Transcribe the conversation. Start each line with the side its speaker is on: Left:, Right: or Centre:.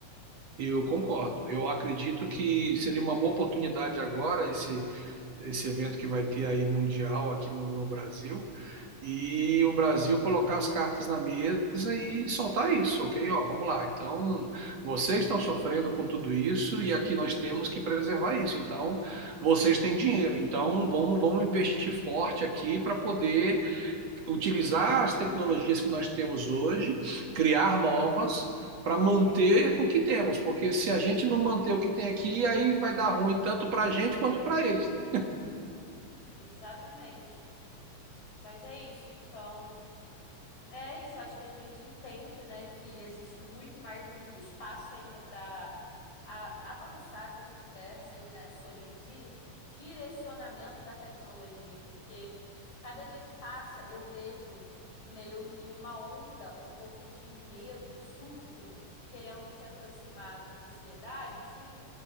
Right: Eu concordo. Eu acredito que seria uma boa oportunidade agora esse,
Left: Uhum.
Right: esse evento que vai ter aí mundial aqui no, no Brasil e o Brasil colocar as cartas na mesa e soltar isso, ok? Ó, vamos lá. Então, vocês estão sofrendo com tudo isso e aqui nós temos que preservar isso. Então, vocês têm dinheiro. Então, vamos, vamos investir forte aqui para poder utilizar as tecnologias que nós temos hoje, criar novas para manter o que temos, porque se a gente não manter o que tem aqui, aí vai dar ruim tanto para a gente quanto para eles, né?
Left: Exatamente. Mas é isso. Então, É isso, eu acho que a gente entende, né, que existe muito mais, muito espaço ainda para avançar essas conversas, né, sobre dire- direcionamento da tecnologia, porque cada dia que passa eu vejo meio que uma onda, um pouco de medo, de surto, querendo se aproximar da sociedade, assim,